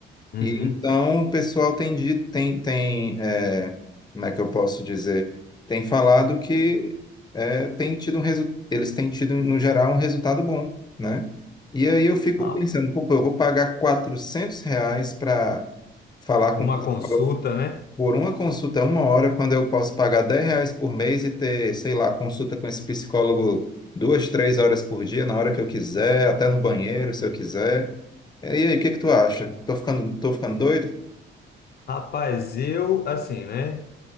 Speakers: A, on the left (about 50°); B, on the left (about 20°).
A: uhum.
B: E então o pessoal tem, di- tem, tem é, como é que eu posso dizer? Tem falado que é, tem tido um resu- eles têm tido, no geral, um resultado bom, né? E aí eu fico
A: ah,
B: pensando, pô, pô, eu vou pagar 400 reais para falar
A: uma
B: com o psicólogo
A: consulta, né?
B: por uma consulta, uma hora, quando eu posso pagar 10 reais por mês e ter, sei lá, consulta com esse psicólogo duas, três horas por dia, na hora que eu quiser, até no banheiro, se eu quiser. E aí, o que que tu acha? Tô ficando, tô ficando doido?
A: Rapaz, eu assim, né?